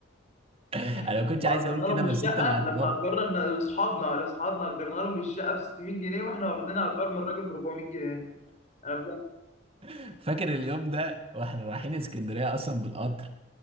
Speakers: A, on the right; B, on the left.
A: انا
B: لما
A: ما كنتش عايز
B: اجرنا
A: اقول كده
B: لهم
A: بس
B: الشقه
A: انت اللي هتضاف
B: لما اجرنا لاصحابنا لاصحابنا اجرنا لهم الشقه ب 600 جنيه واحنا واخدين ايجار من الراجل ب 400 جنيه انا فاهم
A: <laughs> فاكر اليوم ده واحنا رايحين اسكندريه اصلا بالقطر